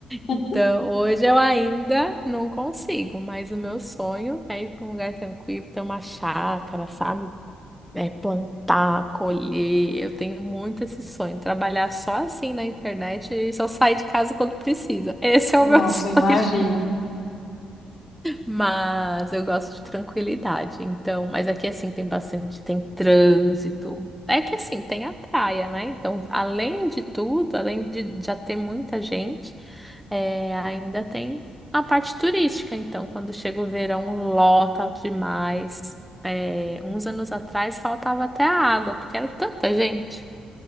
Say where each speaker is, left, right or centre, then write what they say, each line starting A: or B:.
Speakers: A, on the left; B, in the centre.
A: <laughs>
B: Então, hoje eu ainda não consigo, mas o meu sonho é ir para um lugar tranquilo, ter uma chácara, sabe? É plantar, colher. Eu tenho muito esse sonho, trabalhar só assim na internet e só sair de casa quando precisa. Esse
A: Nossa,
B: é o meu <laughs> sonho
A: imagina.
B: mas eu gosto de tranquilidade, então. Mas aqui assim tem bastante, tem trânsito. É que assim tem a praia, né? Então, além de tudo, além de já ter muita gente, é, ainda tem a parte turística. Então, quando chega o verão, lota demais. É, uns anos atrás faltava até a água, porque era tanta gente